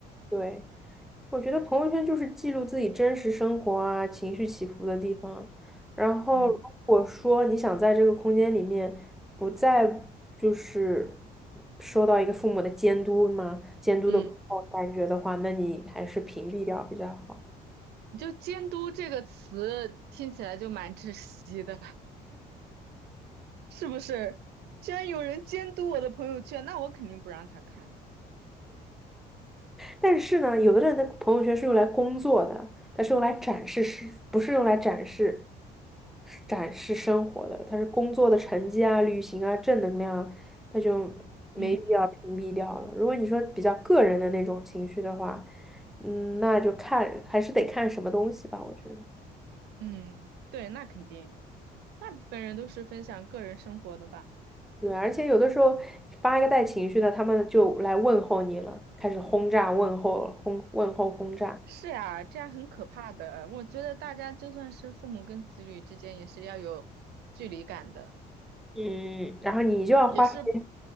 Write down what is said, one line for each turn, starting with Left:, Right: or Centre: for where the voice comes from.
Centre: 对。我觉得朋友圈就是记录自己真实生活啊、情绪起伏的地方。然后，
Right: 嗯
Centre: 如果说你想在这个空间里面不再就是受到一个父母的监督嘛、监督的
Right: 嗯。
Centre: 感觉的话，那你还是屏蔽掉比较好。
Right: 就监督这个词听起来就蛮窒息的，<laughs> 是不是？居然有人监督我的朋友圈，那我肯定不让他看。
Centre: 但是呢，有的人的朋友圈是用来工作的，它是用来展示，是不是用来展示展示生活的？它是工作的成绩啊、旅行啊、正能量啊，那就没必要屏蔽掉了。
Right: 嗯
Centre: 如果你说比较个人的那种情绪的话，嗯，那就看还是得看什么东西吧，我觉得。
Right: 嗯，对，那肯定，大部分人都是分享个人生活的吧？
Centre: 对，而且有的时候你发一个带情绪的，他们就来问候你了，开始轰炸问候，轰问候轰炸。
Right: 是呀，这样很可怕的。我觉得大家就算是父母跟子女之间，也是要有距离感的，
Centre: 嗯，然后你就要花时间
Right: 也是，